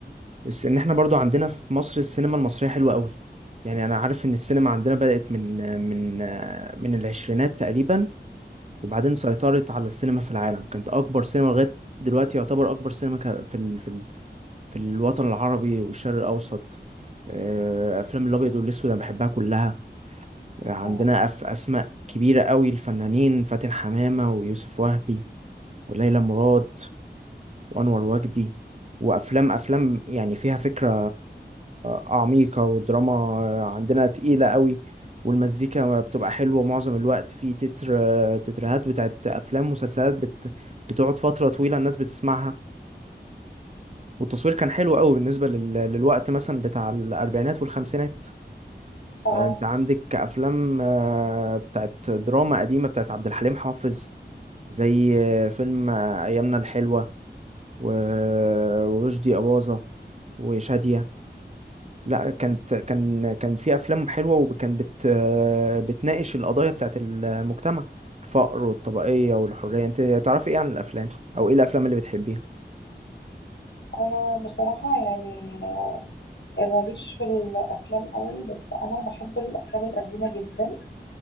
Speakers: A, on the right (about 40°); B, on the left (about 80°).
A: بس ان احنا برضو عندنا في مصر السينما المصرية حلوة قوي يعني انا عارف ان السينما عندنا بدأت من آه، من آه، من العشرينات تقريبا وبعدين سيطرت على السينما في العالم كانت اكبر سينما لغاية دلوقتي يعتبر اكبر سينما ك- في ال- في في الوطن العربي والشرق الأوسط آه، أفلام الأبيض والأسود أنا بحبها كلها عندنا
B: أمم.
A: أف أسماء كبيرة قوي الفنانين فاتن حمامة ويوسف وهبي وليلى مراد وأنور وجدي وأفلام أفلام يعني فيها فكرة عميقة ودراما عندنا تقيلة قوي والمزيكا بتبقى حلوة معظم الوقت في تتر تترهات بتاعت أفلام مسلسلات بت... بتقعد فترة طويلة الناس بتسمعها والتصوير كان حلو قوي بالنسبة لل... للوقت مثلا بتاع الأربعينات والخمسينات فأنت
B: اه
A: عندك أفلام آه، بتاعت دراما قديمة بتاعت عبد الحليم حافظ زي آه، فيلم آه، أيامنا الحلوة و... ورشدي أباظة وشادية لا كانت كان كان في أفلام حلوة وكان بت... آه، بتناقش القضايا بتاعت المجتمع الفقر والطبقية والحرية أنت تعرفي إيه عن الأفلام أو إيه الأفلام اللي بتحبيها؟
B: أنا بصراحة يعني ماليش في الأفلام قوي بس أنا بحب الأفلام القديمة جدا